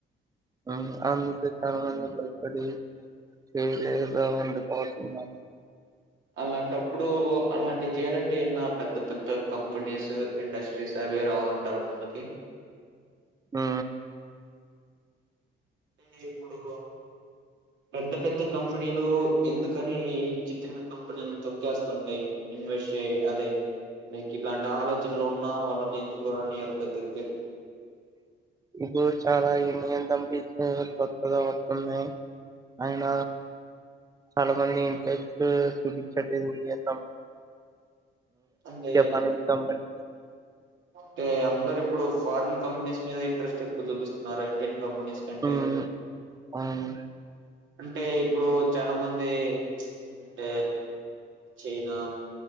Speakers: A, on the right; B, on the right.
A: అవును అందుకనీ చాలా మంది భయపడి చేయలేదా అందుపోతున్నారు
B: అలాంటప్పుడు అలాంటి చేయాలంటే ఏన్న పెద్ద పెద్ద కంపెనీస్ ఇండస్ట్రీస్ అవే రావాలంటారు ముందుకి
A: ఆ
B: అంటే ఇప్పుడు పెద్ద పెద్ద కంపెనీలు ఎందుకని చి చిన్న కంపెనీని తొక్కేస్తుంటాయి. ఇన్వెస్ట్ అదే లైక్ ఇట్లాంటి ఆలోచనలు ఉన్నా వాళ్ళని ఎందుకు రానియారు దగ్గరికి
A: ఇప్పుడు చాలా <unintelligible> కొత్తగా వతున్నాయి ఆయన చాలా మంది ఇంట్రెస్ట్ చూపించంట లేదు
B: అంటే
A: జపాన్ కంపనీ
B: అంటే అందరు ఇప్పుడు ఫారిన్ కంపెనీస్ మీద ఇంట్రెస్ట్ ఎక్కువ చూపిస్తున్నారు ఇండియన్ కంపెనీస్ కంటే
A: ఉమ్ అవును
B: అంటే ఇప్పుడు చానా మంది అంటే చైనా